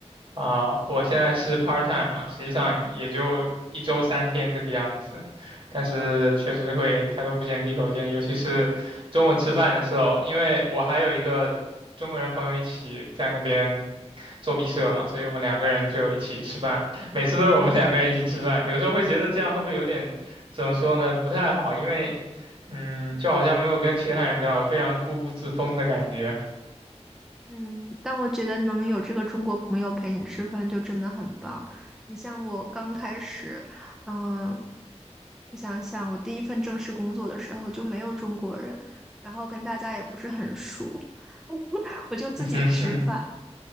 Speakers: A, on the right (about 50°); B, in the centre.
A: 啊、我现在是 part time 嘛，实际上也就一周三天这个样子，但是确实会抬头不见低头见，尤其是中午吃饭的时候，因为我还有一个中国人朋友一起在那边做毕设嘛，所以我们两个人就一起吃饭，每次都是我们两个人一起吃饭，有时候会觉得这样会不会有点。怎么说呢？不太好，因为嗯，就好像没有跟其他人交流，非常固步自封的感觉。
B: 嗯但我觉得能有这个中国朋友陪你吃饭就真的很棒。你像我刚开始，嗯，我想想，我第一份正式工作的时候就没有中国人，然后跟大家也不是很熟，<laughs> 我就自己吃饭，
A: <laughs>